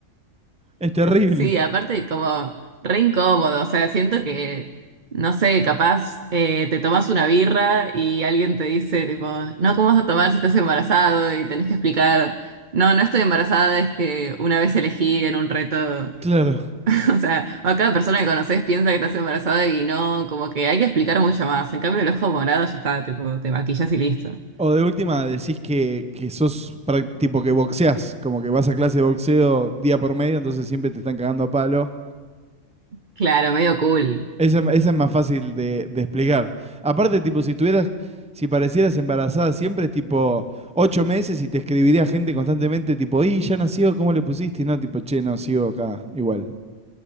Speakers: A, in the centre; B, on the right (about 40°).
A: Es terrible.
B: Sí, aparte como re incómodo, o sea, siento que, no sé, capaz eh, te tomas una birra y alguien te dice, tipo, no, ¿cómo vas a tomar si estás embarazado? Y tenés que explicar, no, no estoy embarazada, es que una vez elegí en un reto,
A: Claro.
B: <laughs> o sea, o cada persona que conoces piensa que estás embarazada y no, como que hay que explicar mucho más. En cambio, el ojo morado ya está, tipo, te maquillas y listo.
A: O de última decís que, que sos prac- tipo que boxeás, como que vas a clase de boxeo día por medio, entonces siempre te están cagando a palo.
B: Claro, medio cool.
A: Esa, esa es más fácil de, de explicar. Aparte, tipo, si tuvieras, si parecieras embarazada siempre, tipo, ocho meses y te escribiría gente constantemente, tipo, y ya nació, ¿cómo le pusiste? Y no, tipo, che, no, sigo acá, igual.